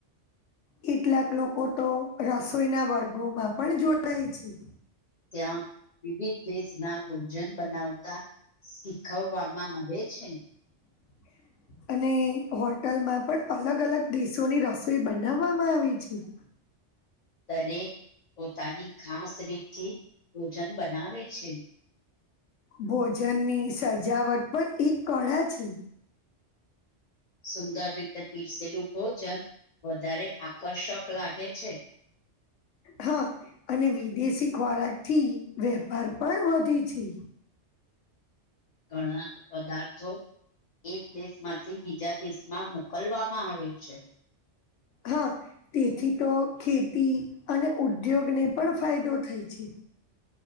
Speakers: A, on the left; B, on the left.
A: કેટલાક લોકો તો રસોઈના વર્ગોમાં પણ જોડાઈ છે.
B: ત્યાં. વિવિધ દેશ ના ભોજન બનાવતા શીખવવામાં આવે છે.
A: હ <inaudible> અને હોટલમાં પણ અલગ અલગ દેશોની રસોઈ બનાવવામાં આવે છે. <inaudible>
B: દરેક પોતાની ખાસ રીતથી ભોજન બનાવે છે.
A: ભોજનની સજાવટ પણ એક કળા છે.
B: સુંદર રહીતે પીર સલ ભોજન વધારે આકર્ષક લાગે છે.
A: હા અને વિદેશી ખોરાક થી વેપાર પણ વધે છે.
B: ઘણા પદાર્થો એક દેશમાંથી બીજા દેશમાં મોકલવામાં આવે છે.
A: હા તેથી તો ખેતી અને ઉદ્યોગને પણ ફાયદો થાય છે